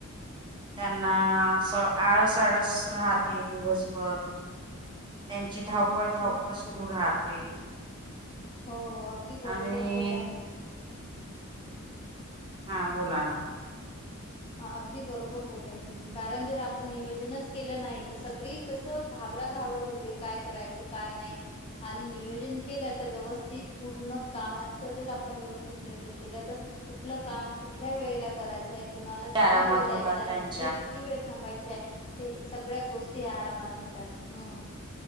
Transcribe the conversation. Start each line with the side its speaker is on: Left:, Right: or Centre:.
Right: त्यांना अस, आळस, आळस, राहते दिवसभर त्यांची धावपळ, धारवपळ,
Left: हो
Right: सुरू राहते.
Left: हो, अगदी बरोबर
Right: आणि
Left: बोलल्या
Right: हा बोला ना.
Left: हा अगदी बरोबर बोलला तुम्ही, कारण जर आपण नियोजनच केलं नाही तर सगळी कसं, घाबरा, घाबर, होते काय करायचं काय नाही. आणि नियोजन केलं तर, व्यवस्थित पूर्ण कामाच जर आपण व्यवस्थित नियोजन केलं तर कुठलं काम कुठल्या वेळेला करायचं आहे, कुणाला किती
Right: आरामात
Left: वेळ द्यायचा
Right: होतात
Left: आहे
Right: त्यांच्या
Left: कुठे किती वेळ थांबायची आहे, हे सगळ्या गोष्टी आरामात होतात. हम्म